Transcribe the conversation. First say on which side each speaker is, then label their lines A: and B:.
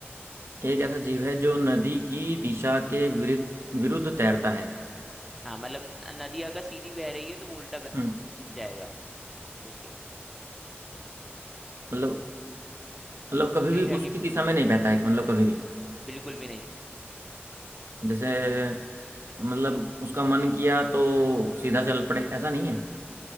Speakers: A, on the right; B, in the centre.
A: एक ऐसा जीव है जो नदी की दिशा के विरुद्ध विरुद्ध तैरता है
B: हाँ मतलब न- नदी अगर सीधी बह रही है तो वो उल्टा बह
A: हम्म
B: जाएगा उसके
A: मतलब मतलब कभी
B: दिशा
A: भी उसकी
B: के विरुद्ध
A: दिशा में नहीं बहता है मतलब कभी भी
B: बिल्कुल भी नहीं
A: जैसे मतलब उसका मन किया तो सीधा चल पड़े ऐसा नहीं है